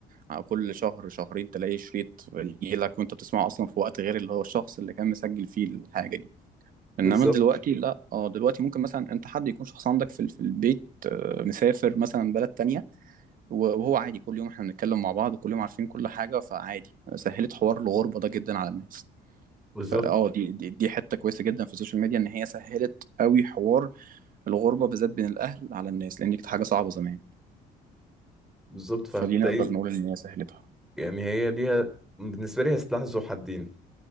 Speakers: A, on the right; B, in the centre.
A: على كل شهر شهرين تلاقي شريط يجي لك وانت بتسمعه اصلا في وقت غير اللي هو الشخص اللي كان مسجل فيه الحاجه دي انما
B: بالظبط
A: دلوقتي لا اه دلوقتي ممكن مثلا انت حد يكون شخص عندك في في البيت آه، مسافر مثلا بلد تانية و- وهو عادي كل يوم احنا بنتكلم مع بعض كل يوم عارفين كل حاجه فعادي سهلت حوار الغربه ده جدا على الناس
B: بالظبط
A: فاه دي دي دي حته كويسه جدا في السوشيال ميديا ان هي سهلت قوي حوار الغربه بالذات بين الاهل على الناس لان دي كانت حاجه صعبه زمان
B: بالظبط فهتلاقي
A: فدي نقدر نقول ان هي سهلتها
B: يعني هي ليها بالنسبة لي هي سلاح ذو حدين